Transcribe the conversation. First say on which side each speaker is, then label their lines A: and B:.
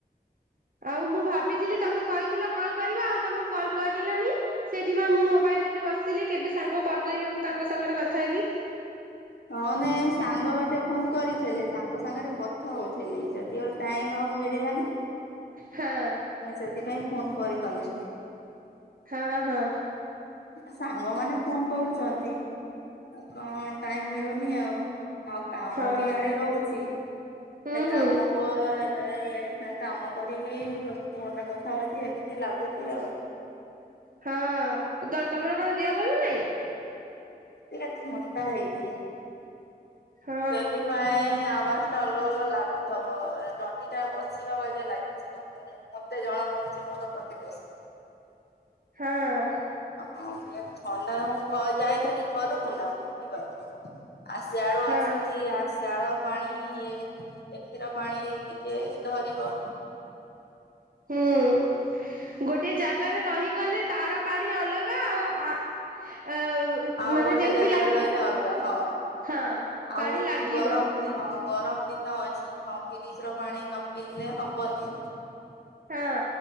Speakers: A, on the right; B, on the left.
A: ଆଉ ମୁଁ ଭାବିଥିଲି ତମେ କହିଥିଲ କଲ କରିବ ଆଉ ତମକୁ କଲ କରିଲନି? ସେଇଥିପାଇଁ ମୁଁ ମୋବାଇଲ ନେଇକି ବସିଥିଲି କେବେ ସାଙ୍ଗ କଲ କରିବେ ମୁଁ ତାଙ୍କ ସାଙ୍ଗରେ କଥାହେବି।
B: ହଁ ନାଇଁ ସାଙ୍ଗ ଗୋଟେ ଫୋନ କରିଥିଲେ ତାଙ୍କ ସାଙ୍ଗରେ କଥା କଥା ହଉଥିଲି ସେତିବେଳେ ଟାଇମ ଆଉ ମିଳିଲାନି।
A: ହଁ
B: ସେଥିପାଇଁ ଫୋନ୍ କରିପାରିଲନି।
A: ହଁ ହଁ।
B: ସାଙ୍ଗମାନେ ଫୋନ କରୁଛନ୍ତି ଆଉ କଣ ଟାଇମ ମିଳୁନି ଆଉ। ଆଉ କାମ
A: ହଁ
B: ବି ଆଡେ ରହୁଛି
A: ହୁଁ ହୁଁ।
B: କାମ। ପୁ ଏ କାମ କରିବି, ଫୋନରେ କଥା ହଉଛି ଏମିତି ଲାଗୁଛି ଆଉ।
A: ହଁ, ତମର କଣ ଦେହ ଭଲ ନାଇଁ?
B: ଟେ ଥଣ୍ଡା ହେଇଛିି।
A: ହଁ
B: ସେଥିପାଇଁ ଆବାଜ ଅଲଗା ଅଲଗା ଲାଗୁଥିବ ତଣ୍ଟିଟା ବସିବା ବାଗିଆ ଲାଗିଥିବ। ମତେ ଜଣାପଡୁଛି ମତେ ମୋର ତଣ୍ଟି ବସିଛି।
A: ହଁ।
B: ହଁ ଥଣ୍ଡା <unintelligible> ଯାଇଥାି ଘରକୁ ନା ବୁଲିବାକୁ ଆସ ଆଡୁ <unintelligible>
A: ହଁ
B: ସିଲିଆ ଶାଳ ପାଣି ଏ କ୍ଷୀର ପାଣି ଟିକେ ଧରିବ।
A: ହୁଁ ଗୋଟେ ଜା ଗାରେ ରହିଗଲେ ତାର ପାଣି ଅଲଗା ଆଉ ଆ ଅ
B: ଆଉ
A: ମାନେ
B: ଗୋଟେ
A: ଯେମିତି
B: ଜାଗାରେ
A: ଲାଗିବ
B: ରହିଲେ ଅଲଗା ହଁ।
A: ହଁ ପାଣି
B: ଆଉ
A: ଲାଗିବ
B: ଗରମ ହଁ ଗରମ ଦିନ ଅଛି ହଁ ଫ୍ରିଜର ପାଣି ନ ପିଇଲେ ହବନି।
A: ହଁ।